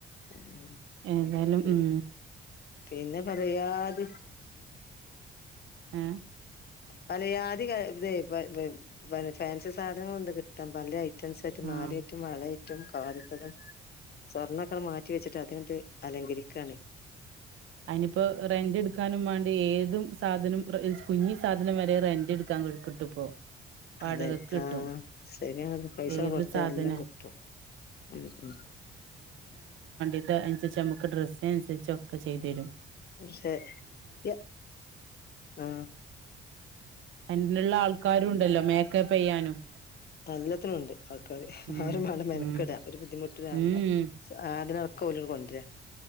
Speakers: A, on the left (about 50°); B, on the right (about 80°).
A: ഉം
B: ഏതായാലും
A: ഉ
B: ഉം
A: പിന്നെ പറയാത്
B: ഏ
A: പലയാധി ഇതെ ഇതെ ബെ ബെ ഫാൻസി സാധനങ്ങളൊണ്ട് കിട്ടാൻ പല പല സെറ്റ്
B: ആഹ്
A: മാലയിട്ടും വളയിട്ടും കാതിത്തരം സ്വർണക്കെ മാറ്റിവെച്ചിട്ട് അതിട്ട് അല് വിരിക്കാണ്
B: അതിനിപ്പോ റെന്റ് എടുക്കാനും വേണ്ടി ഏതും സാധനം കുഞ്ഞി സാധനം വരെ റെന്റ് എടുക്കാൻ കിട്ടും വാടകക്ക്
A: അതെ
B: കിട്ടും
A: ആ ശരിയ പൈസ
B: ഏത്
A: കൊടുത്ത
B: സാധന
A: എല്ലാം കിട്ടും ഉം ഉം
B: ഇത് അനുസരിച്ചോ നമ്മുക്ക് ഡ്രസ്സ് അനുസരിച്ചോ ഒക്കേ ചെയ്തരും
A: പക്ഷെ യ ആ
B: അയ്ന്നുള്ള ആൾക്കാരും ഉണ്ടല്ലോ മേക്കപ്പ് ചെയ്യാനും
A: എല്ലാത്തിനും ഉണ്ട്
B: ഉം
A: ആരും കണ്ടു മെനക്കെടാ
B: ഉം
A: ഒരു ബുദ്ധിമുട്ട് വേണ്ട
B: ഉം
A: <unintelligible> <unintelligible> കൊണ്ടരാ